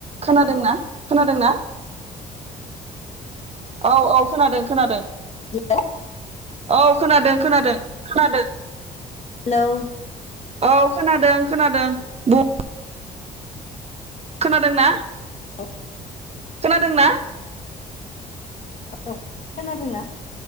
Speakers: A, on the right; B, on the left.
A: खोनादों ना खोनादों ना? औ औ खोनादों खोनादों।
B: हेल'।
A: औ खोनादों खोनादों खोनादों।
B: हेल'
A: औ खोनादों खोनादों बुं। खोनादों ना?
B: <unintelligible>
A: खोनादों ना?
B: औ खोनादोंना?